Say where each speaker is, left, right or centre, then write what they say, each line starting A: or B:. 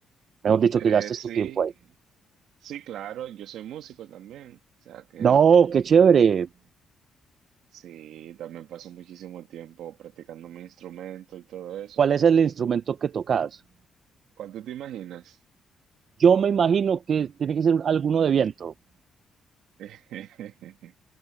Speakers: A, on the right (about 55°); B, on the right (about 80°).
A: mejor dicho,
B: Eh,
A: que gastes
B: sí,
A: tu tiempo ahí?
B: sí, claro. Yo soy músico también. O sea que
A: No, qué chévere.
B: ah, sí, también paso muchísimo tiempo practicando mi instrumento y todo eso.
A: ¿Cuál es el instrumento que tocas?
B: ¿Cuánto te imaginas?
A: Yo me imagino que tiene que ser alguno de viento.
B: <laughs>